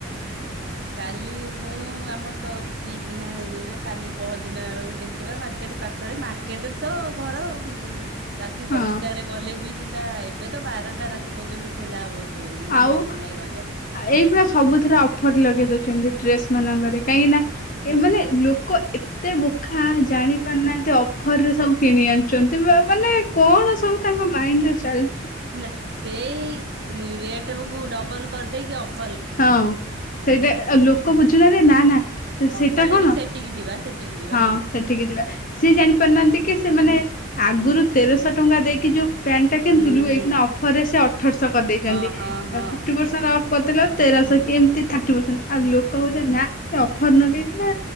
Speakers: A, on the right; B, on the left.
A: କାଲି ମୁଁ ଆମ <unintelligible> କିଣା ହେଇନି ନା କାଲି ପହର ଦିନ ଆଡ଼କୁ ଦେଖିବା ମାର୍କେଟ ପାଖରେ ମାର୍କେଟରେ ତ ଘର। ରାତି ଦଶଟାରେ
B: ହଁ
A: ଗଲେ ବି ସୁଧା ଏବେ ତ ବାରଟା ରାତି ପର୍ଯ୍ୟନ୍ତ ଖୋଲା ହବ। ସୋରୁମ ନା
B: ଆଉ
A: ବନ୍ଦ ନାହିଁ ରଜ
B: ଏଇଭଳିଆ ସବୁଥିଥରେ ଅଫର ଲଗେଇ। ଡ୍ରେସ ମାନଙ୍କରେ କାହିଁକି ନା
A: ହୁଁ
B: ଏ ମାନେ ଲୋକ ଏତେ ବୋକା ଜାଣି ଜାଣିପାରୁନାହାନ୍ତି ଅଫର ରେ ସବୁ କିଣି ଆଣି ମାନେ କଣ ସବୁ ତାଙ୍କ ମାଇଣ୍ଡ ର ଚାଲ
A: ନା ସେଇରେ। ତେବେକୁ ଡବଲ୍ କରିଦେଇକି ଅଫ୍।
B: ହଁ ସେଇଟା ଲୋକ ବୁ ଚୁନ ରେ ନା ନା। ସେଇଟା
A: ଅଫର ଲାଗି
B: କଣ
A: ସେଠିକି ଯିବା ସେଠିକି ଯିବା
B: ହଁ ସେଠିକି ଯିବା ସିଏ ଜାଣିପାରୁନାହାନ୍ତି କି ସେମାନୋନେ ଆଗରୁ
A: ହୁଁ
B: ତେରଶହ ଟଙ୍କା ଦେଇକି ଯୋଉ ପ୍ୟାଣ୍ଟ ଟା କିଣିଥିଲୁ
A: ହୁଁ ହୁଁ।
B: ଏଇ ଅଫରରେ ସେ ଅଠରଶହ କରିଦେଇଛନ୍ତି।
A: ହଁ ହଁ ହଁ
B: ଫିପ୍ଟି ପରସେଣ୍ଟ ଅଫ କରିଦେଲା ଠୁ ସ
A: ହୁଁ।
B: କେମିତି ଥା ପ୍ଟି ପେସେଣ୍ଟ ଆଉ ଲୋକ ହଉ ନା ସେ ଅଫର ନକେଇ ନା